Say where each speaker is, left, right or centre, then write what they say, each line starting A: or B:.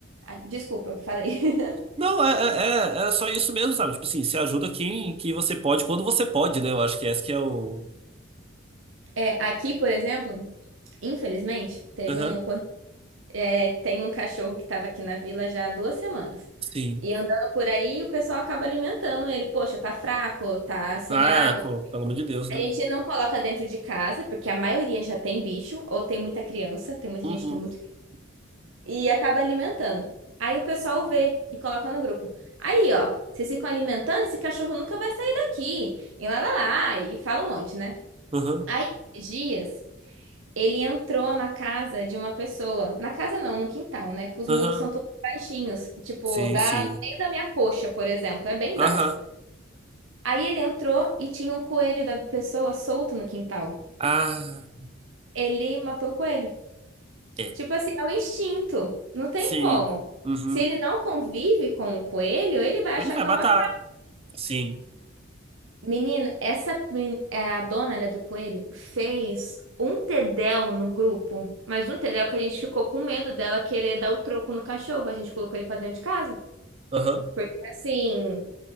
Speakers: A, on the right; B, on the right.
A: ah, Desculpa, falei. <laughs>
B: Não, é, é, é é só isso mesmo, sabe? Tipo assim, se ajuda quem que você pode, quando você pode, né? Eu acho que esse que é o.
A: É, aqui, por exemplo, infelizmente, teve
B: Aham,
A: um ocorrido É, tem um cachorro que estava aqui na vila já há duas semanas.
B: sim.
A: E andando por aí, o pessoal acaba alimentando ele. Poxa, tá fraco, tá sem
B: Ah,
A: água.
B: pô, pelo amor de Deus, né?
A: A gente não coloca dentro de casa, porque a maioria já tem bicho, ou tem muita criança, tem muita
B: Uhum,
A: gente que tem muito. E acaba alimentando. Aí o pessoal vê e coloca no grupo. Aí, ó, vocês ficam alimentando, esse cachorro nunca vai sair daqui. E lá, lá, lá, e fala um monte, né?
B: aham,
A: Aí, esses dias. Ele entrou na casa de uma pessoa. Na casa não, no quintal, né? Que os
B: aham.
A: muros são todos baixinhos. Tipo,
B: Sim,
A: da,
B: sim.
A: no meio da minha coxa, por exemplo. É bem
B: Aham.
A: baixo. Aí ele entrou e tinha um coelho da pessoa solto no quintal.
B: Ah,
A: Ele matou o coelho.
B: é.
A: Tipo assim, é o instinto. Não tem
B: Sim.
A: como.
B: Uhum.
A: Se ele não convive com o coelho, ele vai achar
B: Ele vai
A: que
B: matar.
A: é uma
B: Sim.
A: Menina, essa men- é, a dona, né, do coelho fez um tedéu no grupo, mas um tedéu que a gente ficou com medo dela querer dar o troco no cachorro. A gente colocou ele pra dentro de casa.
B: Aham.
A: Porque assim,